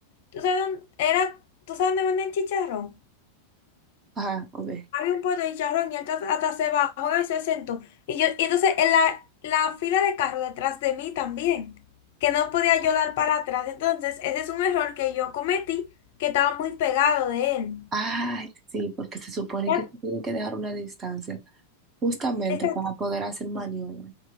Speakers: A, on the left; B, on the right.
A: ¿tú sabes dónde, era, ¿tú sabes dónde venden chicharrón?
B: Ajá, ok.
A: Había un puesto de chicharrón y él hasta, hasta se bajó y se sentó. Y yo, y entonces en la, la fila de carro detrás de mí también, que no podía yo dar para atrás. Entonces, ese es un error que yo cometí, que estaba muy pegado de él.
B: Ay, sí, porque se supone
A: Ya,
B: que se tiene que dejar una distancia, justamente
A: Exacto,
B: para poder hacer maniobra.